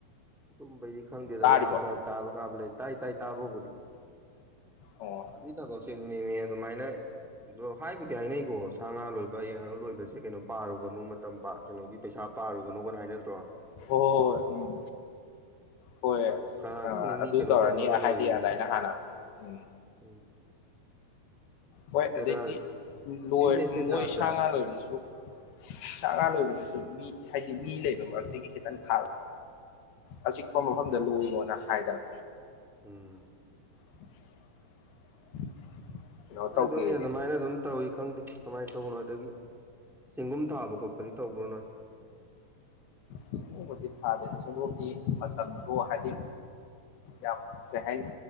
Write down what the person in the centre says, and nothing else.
ꯑꯗꯨꯝꯕꯩꯗꯤ ꯈꯪꯗꯦꯗ
ꯌꯥꯝ ꯐꯔꯛ ꯇꯥꯕꯒ ꯂꯩ ꯇꯥꯏ ꯇꯥꯏ ꯇꯥꯕꯕꯨꯗꯤ
ꯑꯗꯨꯏ ꯊꯧꯕꯛꯁꯦ ꯑꯗꯨꯅꯦꯅꯦ ꯑꯗꯨꯃꯥꯏꯅ ꯑꯗꯣ ꯍꯥꯏꯕꯨꯗꯤ ꯍꯥꯏꯅꯩꯀꯣ ꯁꯥ ꯉꯥ ꯂꯣꯏꯕ ꯌꯦꯟ ꯉꯥꯅꯨ ꯂꯣꯏꯕꯁꯦ ꯀꯩꯅꯣ ꯄꯥꯔꯨꯕꯅꯨ ꯃꯇꯝ ꯄꯥ ꯀꯩꯅꯣꯒꯤ ꯄꯩꯁꯥ ꯄꯥꯔꯨꯒꯅꯣꯒꯅ ꯍꯥꯏꯅꯗ꯭ꯔꯣ
ꯑꯗꯣ ꯀꯅꯥ
ꯈꯪꯅꯤ ꯃꯤ
ꯀꯩꯅꯣ
ꯇꯧꯅꯕ ꯂꯣꯏꯔꯤꯅꯦꯅ
ꯎꯝ
ꯈꯪꯗꯦꯗ
ꯕꯤꯖꯤꯅꯦꯁꯁꯦ
ꯖꯥꯠ
ꯖꯥꯠꯅꯤ
ꯎꯝ
ꯍꯣꯏ
ꯑꯗꯨꯅꯤ ꯑꯗꯨꯃꯥꯏꯅ ꯑꯗꯨꯝ ꯇꯧꯏ ꯈꯪꯗꯦ ꯀꯃꯥꯏꯅ ꯇꯧꯕꯅꯣ ꯑꯗꯒꯤ ꯆꯦꯡꯒꯨꯝ ꯊꯥꯕ ꯈꯣꯠꯄꯗꯤ ꯇꯧꯕ꯭ꯔꯣ ꯅꯣꯏ